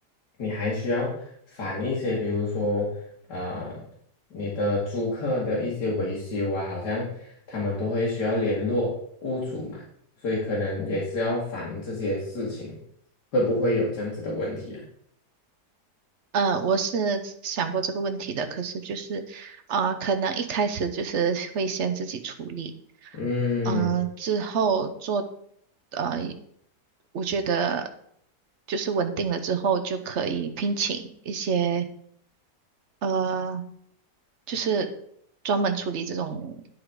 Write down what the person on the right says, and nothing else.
嗯，我是想过这个问题的，可是就是，啊、可能一开始就是会先自己处理，
嗯，之后做，呃，我觉得就是稳定了之后就可以聘请一些呃就是专门处理这种